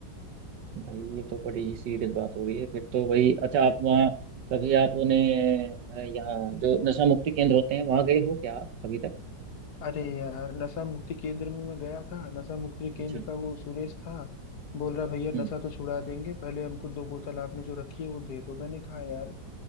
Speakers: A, on the right (about 70°); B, on the left (about 65°).
A: भाई ये तो बड़ी ही सीरियस बात हो गई है फिर तो भाई अच्छा आप वहाँ कभी आपने अ, यहाँ जो नशा मुक्ति केंद्र होते हैं वहाँ गए हो क्या आप अभी तक
B: अरे यार नशा मुक्ति केंद्र में मैं गया था नशा मुक्ति केंद्र
A: अच्छा
B: का वो सुरेश था बोल रहा भैया
A: हम्म
B: नशा तो छुड़ा देंगे पहले हमको दो बोतल आपने जो रखी है वो दे दो मैंने कहा यार